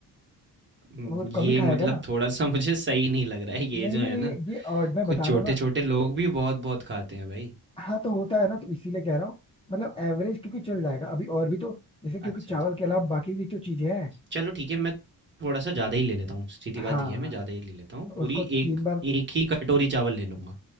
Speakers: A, on the right (about 30°); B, on the left (about 15°).
A: हम्म,
B: वो
A: ये
B: कम ही खाएगा
A: मतलब
B: ना
A: थोड़ा सा मुझे सही नहीं लग रहा है ये
B: नहीं
A: जो
B: नहीं
A: है ना
B: ये ये odd मैं
A: कुछ
B: बता
A: छोटे
B: रहा हूँ ना
A: छोटे लोग भी बहुत बहुत खाते हैं भाई
B: हाँ तो होता है ना तो इसीलिए कह रहा हूँ मतलब एवरेज क्योंकि चल जाएगा अभी और भी तो जैसे क्योंकि
A: अच्छा
B: चावल
A: अच्छा
B: के अलावा बाकी भी तो चीजें हैं
A: चलो ठीक है मैं थोड़ा सा ज़्यादा ही ले लेता हूँ सीधी
B: हाँ
A: बात ये है
B: हाँ
A: मैं ज़्यादा ही ले लेता हूँ पूरी
B: उसको तीन
A: एक
B: बार
A: एक ही कटोरी चावल ले लूँगा